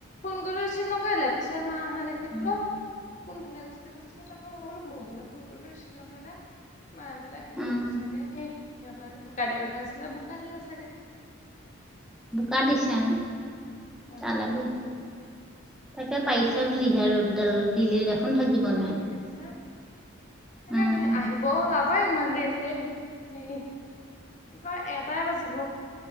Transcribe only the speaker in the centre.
আৰু
উম
বোকাৰ দিছা
তালাগৈ তাকে
পাৰিছে বুলিহে ৰ'দ ডাল দিলে দেখোন থাকিব নোৱাৰি।
উম,